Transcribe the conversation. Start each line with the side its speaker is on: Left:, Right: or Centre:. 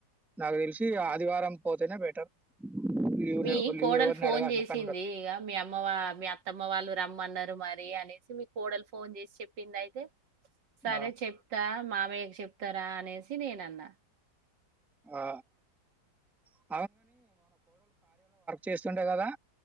Centre: నాకు తెలిసి ఆదివారం పోతేనే బెటర్. లీవ్‌ని
Right: మీ
Centre: లీవ్
Right: కోడల్
Centre: ఎవరిని
Right: ఫోన్
Centre: అడగాల్సిన
Right: చేసింది
Centre: పనుండదు.
Right: ఇగ మీ అమ్మ వా మీ అత్తమ్మ వాళ్ళు రమ్మన్నర్. మరి అనేసి మీ కోడల్ ఫోన్ చేసి చెప్పింది ఐతే సరే
Centre: ఆ!
Right: చెప్తా మామయ్యకు చెప్త రా, అనేసి నేనన్నా.
Centre: ఆ హా చేస్తుండే గదా!